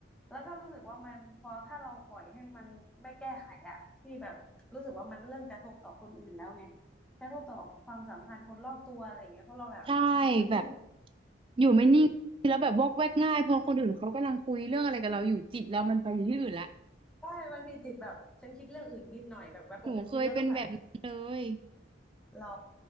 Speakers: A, in the centre; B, on the right.
A: แล้วก็รู้สึกว่ามันพอถ้าเราปล่อยให้มันไม่แก้ไขอ่ะที่แบบรู้สึกว่ามันเริ่มกระทบต่อคนอื่นแล้วไงกระทบต่อความสัมพันธ์คนรอบตัวอะไรอย่างเงี้ยเพราะเราแบบอยู่ไม่นิ่ง
B: ใช่แบบ
A: อืม
B: อยู่ไม่นิ่งแล้วแบบวอกแวกง่ายพอคนอื่นเขากำลังคุยเรื่องอะไรกับเราอยู่จิตเรามันไปอยู่ที่อื่นละ
A: ใช่บางทีจิตแบบฉันคิดเรื่องอื่นนิดหน่อยแบบแวบออกไปคิดแล้วต้องแบบ
B: หนูเคยเป็นแบบนั้นเลย
A: หรอ